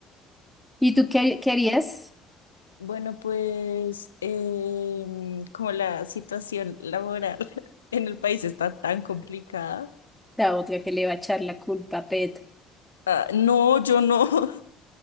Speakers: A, in the centre; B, on the left.
A: ¿Y tú qué, har- qué harías?
B: Bueno, pues em, como la situación laboral <laughs> en el país está tan complicada.
A: La otra que le va a echar la culpa a Pet.
B: ah, no, yo no. <laughs>